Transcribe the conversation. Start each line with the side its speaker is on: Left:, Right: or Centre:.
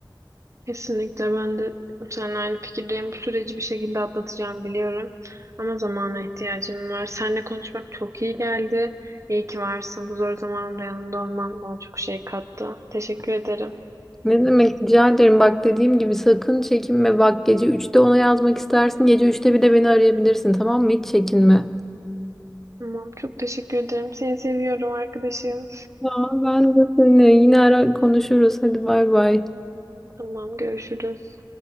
Right: Kesinlikle ben de seninle aynı fikirdeyim. Bu süreci bir şekilde atlatacağım biliyorum. Ama zamana ihtiyacım var. Seninle konuşmak çok iyi geldi. İyi ki varsın. Bu zor zamanımda yanımda olman bana çok şey kattı. Teşekkür ederim.
Centre: Ne demek rica ederim. Bak dediğim gibi sakın çekinme. Bak gece üçte ona yazmak istersin. Gece üçte bir de beni arayabilirsin tamam mı? Hiç çekinme.
Right: Tamam, çok teşekkür ederim. Seni seviyorum arkadaşım.
Centre: Tamam. ben de seni yine ara konuşuruz. Hadi bay bay.
Right: Tamam, görüşürüz.